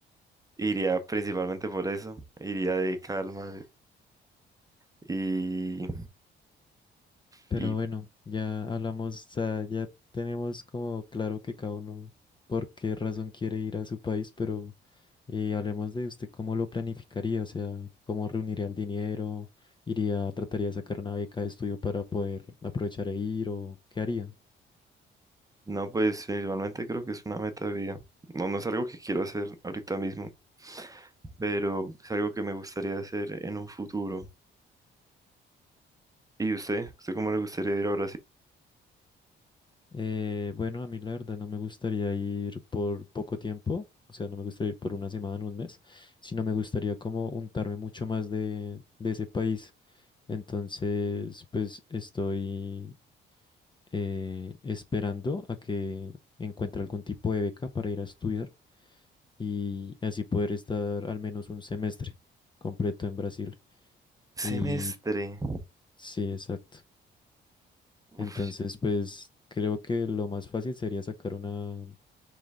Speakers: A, on the right (about 15°); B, on the left (about 25°).
A: iría principalmente por eso. Iría de calma. de- Y,
B: Pero
A: y
B: bueno, ya hablamos, o sea, ya tenemos como claro que cada uno por qué razón quiere ir a su país, pero eh, hablemos de usted cómo lo planificaría, o sea, cómo reuniría el dinero, iría, trataría de sacar una beca de estudio para poder aprovechar e ir o qué haría.
A: no, pues principalmente creo que es una meta de vida. No, no es algo que quiero hacer ahorita mismo, pero es algo que me gustaría hacer en un futuro. ¿Y usted? ¿Usted cómo le gustaría ir a Brasil?
B: Eh, bueno, a mí la verdad no me gustaría ir por poco tiempo, o sea, no me gustaría ir por una semana, un mes, sino me gustaría como untarme mucho más de, de ese país. Entonces, pues estoy eh, esperando a que encuentre algún tipo de beca para ir a estudiar y así poder estar al menos un semestre completo en Brasil.
A: Semestre.
B: Y sí, exacto.
A: Uf,
B: Entonces, pues creo que lo más fácil sería sacar una